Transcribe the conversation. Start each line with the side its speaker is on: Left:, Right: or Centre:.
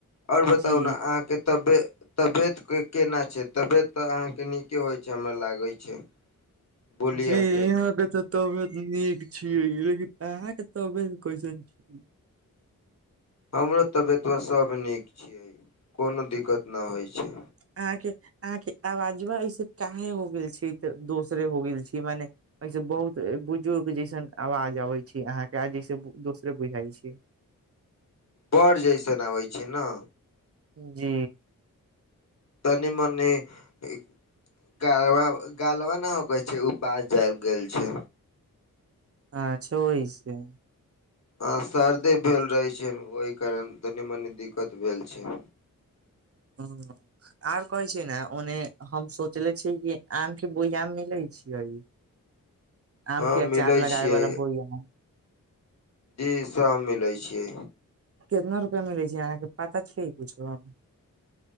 Left: और बताउ
Right: जी
Left: न अहाँ के तबे तबियत के केना छै तबियत त अहाँ के निके होइ छै हमरा लागै छै बोलिया
Right: जी
Left: से
Right: इहा क त तबियत निक छियै लेकिन आह के तबियत कैसन छै
Left: हमरो तबियत युब्येत व सब निक छियै कोनो दिक्कत न होइ छै
Right: अहाँके - अहाँके आवाजवा ऐसे काहे हो गेल छै, तऽ दोसरे हो गेल छै, मने ऐसन बहुत बुजुर्ग जैसन आवाज अबै छै अहाँके आ जैसे दोसरे बुझाइ छै। <inaudible>
Left: बअड़ जैसन आबै छै न।
Right: जी।
Left: तनी मनी इ गालबा- गालबा न उगै छै उ बाज आबि गेल छै।
Right: हां छुइ से।
Left: ह सर्दे भेल रहै छै, ओहि कारण तनी- मनी दिक्कत भेल छै।
Right: <unintelligible> और कहै छीए ने ओहने हम सोचले छियै आम के बोइआम मिलै छियै। आम
Left: हँ
Right: के अचार
Left: मिलै
Right: लगावे
Left: छियै
Right: वाला बोइयाम।
Left: इ सब मिलै छियै।
Right: कितना रुपआ मिलै छै अहाँके पता छै कुछो।